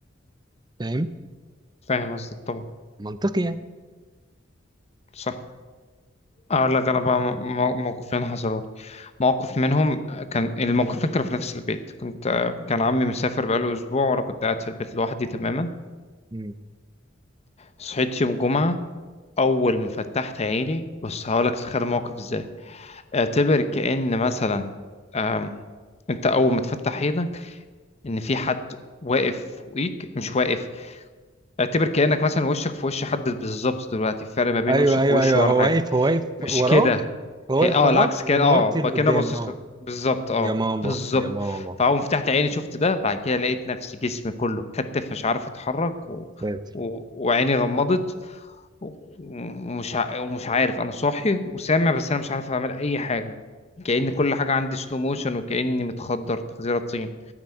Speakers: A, on the right (about 20°); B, on the left (about 35°).
A: فاهم
B: فاهم قصدك طبعا
A: منطقي يعني
B: صح اقول لك انا بقى مو- مو- موقفين حصلوا لي موقف منهم كان الموقفين كانوا في نفس البيت كنت كان عمي مسافر بقاله اسبوع وانا كنت قاعد في البيت لوحدي تماما
A: مم.
B: صحيت يوم جمعة اول ما فتحت عيني بص هقول لك تتخيل الموقف ازاي اعتبر كأن مثلا آم، انت اول ما تفتح عينك ان في حد واقف فوقيك مش واقف اعتبر كأنك مثلا وشك في وش حد بالظبط دلوقتي الفرق ما بين
A: ايوه
B: وشك
A: ايوه
B: ووشه
A: ايوه
B: ولا
A: هو
B: حاجة
A: واقف هو واقف
B: مش
A: وراك
B: كده
A: هو
B: هي
A: واقف
B: اه
A: وراك
B: العكس كان
A: وموطي
B: اه بقى
A: لقدام
B: كده باصص
A: اه
B: لك بالظبط اه
A: يا ماما
B: بالظبط
A: يا ماما
B: فاول ما فتحت عيني شفت ده بعد كده لقيت نفسي جسمي كله اتكتف مش عارف اتحرك و...
A: ساتر.
B: و... وعيني غمضت و- ومش ع... ومش عارف انا صاحي وسامع بس انا مش عارف اعمل اي حاجة كأن كل حاجة عندي سلو موشن وكأني متخدر تخديرة طين